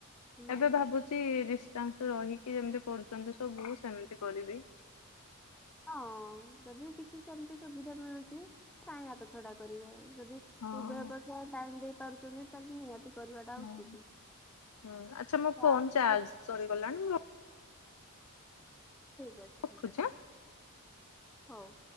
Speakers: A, in the centre; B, on the left.
A: ହୁଁ।
B: ଏବେ ଭାବୁଛି ଡିଷ୍ଟାନ୍ସ ରହିକି ଯେମିତି କରୁ ଛନ୍ତି ସବୁ ସେମିତି କରିବି।
A: ହଁ ଯଦି କିଛି ସେମିତି ସୁବିଧା ମିଳୁଛି କାହିଁ ହାତ ଛଡା କରିବ। ଯଦି
B: ହଁ
A: ଉଭୟ ପାଖରେ ଟାଇମ ଦେଇ ପାରୁଛନ୍ତି ତାହାଲେ ନିହାତି କରିବାଟା
B: ହଁ
A: ଉଚିତ।
B: ହଁ ଆଚ୍ଛା ମୋ
A: ତ
B: ଫୋନ୍
A: ଆମେ
B: ଚାର୍ଜ
A: ତ
B: ସରିଗଲାଣି ମୁଁ ର
A: ଠିକ ଅଛି
B: ରଖୁଛି
A: ଠିକ ଅଛି
B: ଆଁ।
A: ହଉ।